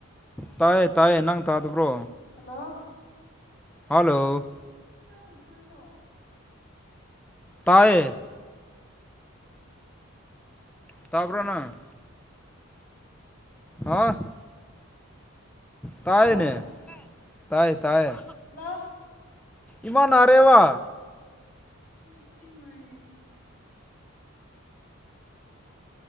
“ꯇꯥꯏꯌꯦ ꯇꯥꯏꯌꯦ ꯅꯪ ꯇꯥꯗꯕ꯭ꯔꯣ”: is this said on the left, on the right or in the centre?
Centre